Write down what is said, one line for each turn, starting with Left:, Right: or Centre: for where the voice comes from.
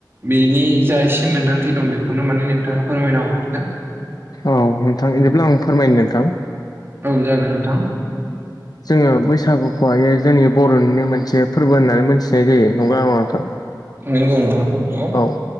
Right: बिनि जा एसे मोन्दांथि दं बेखौनो माने नोंथाङा फोरमायना हरदो।
Left: औ नोंथां बिदिब्ला आं फोरमायनो नोंथां।
Right: औ जागोन नोंथां।
Left: जोङो बैसागुखौहाय जोंनि बर'निनो मोनसे फोरबो होननानै मोनथिनाय जायो। नंगौना नङा नोंथां?
Right: नोंगौ नोंथां। नंगौ
Left: औ